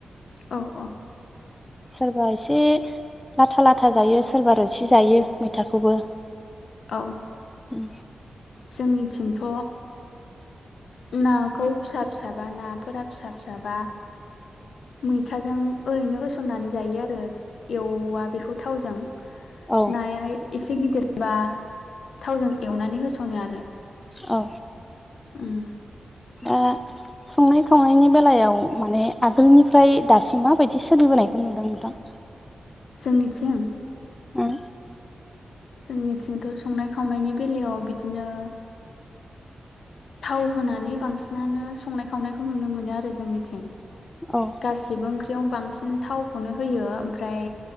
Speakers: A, on the left; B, on the left.
A: औ औ।
B: सोरबा एसे लाथा लाथा जायो सोरबा रोसि जायो मैथाखौबो।
A: औ।
B: उम।
A: जोंनिथिंथ'। नाखौ फिसा फिसाबा नाफोरा फिसा फिसाबा मैथाजों ओरैनो होसननानै जायो आरो एवा बेखौ थावजों।
B: औ
A: नायाय। एसे गिदिरबा थावजों एवनानै होसनो आरो।
B: औ।
A: उम।
B: दा संनाय खावनायनि बेलायाव माने आगोलनिफ्राय दासिम माबायदि सोलिबोनायखौ नुदों नोंथां।
A: जोंनिथिं
B: ओं
A: जोंनिथिंथ' संनाय खावनायनि बेलायाव बिदिनो थाव होनानै बांसिनानो संनाय खावनायखौ नुनो मोनो आरो जोंनिथिं।
B: औ
A: गासिबो ओंख्रि ख्रियाव बांसिन थावखौनो होयो ओम फ्राय